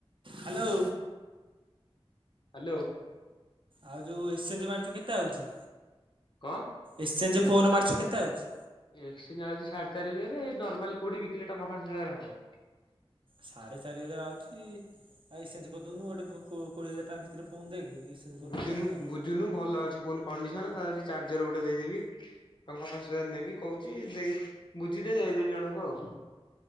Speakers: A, on the right; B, on the left.
A: ହାଲୋ।
B: ହାଲୋ।
A: ଆଉ ଯଉ ଏକ୍ସଚେଞ୍ଜେ ମାରିଚୁ କେତେ ଆଉଚି
B: କଣ
A: ଏକ୍ସଚେଞ୍ଜେ ଫୋନ ମାରିଚୁ କେତେ ଆଉଚି?
B: ଏକ୍ସଚେଞ୍ଜେ ଯାଉଚି ସାଢେ ଚାରି ହଜାରେ ନର୍ମାଲ୍ କଉଠି ବିକିଲେ ଟଙ୍କା ପାଞ୍ଚ ହଜାରେ ହବ।
A: ସାଢେ ଚାରି ହଜାରେ ଆଉଚି ଆଉ ଏକ୍ସଚେଞ୍ଜେ କରିଦଉନୁ ଗୋଟେ କୋ-କୋଡିଏ ହଜାରେ ଟଙ୍କା ଭିତରେ ଫୋନ୍ ଦେଖେ। କରିଦବୁ
B: ବୁଝୁନୁ-
A: ଆଉ ଯା
B: ବୁଝୁନୁ ଭଲ ଅଛି ଫୋନ୍ କଣ୍ଡିସନ <unintelligible> ଚାର୍ଜର ଗୋଟେ ଦେଇଦେବି। ଟଙ୍କା ପାଞ୍ଚ ହଜାରେ ନେବି କହୁଚି ଦେଇ- ବୁଝିଦେ ଦେଇଦେବି ଜଣକୁ ଆଉ।